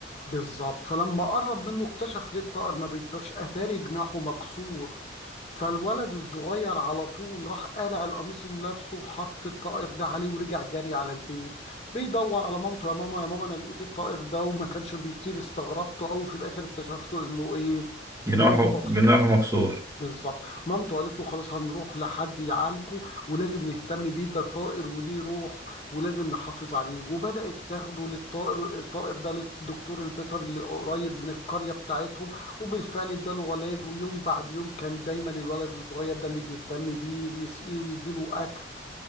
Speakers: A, on the left; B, on the right.
A: بالظبط فلما قرب منه اكتشف ليه الطائر ما بيطيرش اتاري جناحه مكسور فالولد الصغير على طول راح قالع القميص اللي لابسه وحط الطائر ده عليه ورجع جري على البيت بيدور على مامته يا ماما يا ماما انا لقيت الطائر ده وما كانش بيطير استغربته قوي في الاخر اكتشفته انه ايه
B: جناحه
A: جناحه مكسور
B: جناحه مكسور
A: بالظبط مامته قالت له خلاص هنروح لحد يعالجه ولازم نهتم بيه ده طائر وليه روح ولازم نحافظ عليه وبدأت تاخده للطائر الطائر ده للدكتور البيطري اللي قريب من القرية بتاعتهم وبالفعل اداله علاج ويوم بعد يوم كان دايما الولد الصغير ده اللي بيهتم بيه ويسقيه ويديله أكل